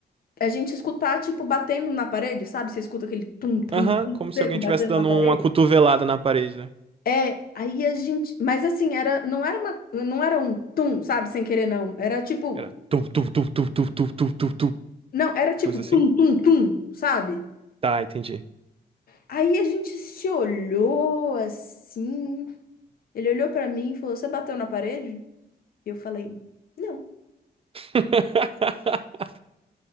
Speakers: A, on the left; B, on the right.
A: a gente escutar, tipo, batendo na parede, sabe? Você escuta aquele tum, tum,
B: Aham,
A: tum
B: como se
A: seco
B: alguém
A: batendo
B: tivesse dando
A: na parede.
B: uma cotovelada na parede, né?
A: É, aí a gente, mas assim, era, não era uma, não era um tum, sabe, sem querer não. Era tipo,
B: Era tu, tu, tu, tu, tu, tu, tu, tu, tu.
A: não, era tipo
B: Coisa
A: tum
B: assim.
A: tum tum, sabe?
B: Tá, entendi.
A: Aí a gente se olhou assim. Ele olhou pra mim e falou: "Você bateu na parede?" E eu falei: "Não".
B: <laughs>